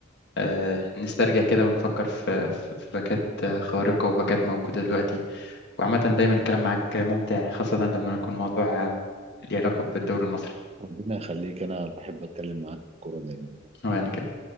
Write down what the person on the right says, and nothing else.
ربنا يخليك أنا بحب أتكلم معاك في الكورة دايما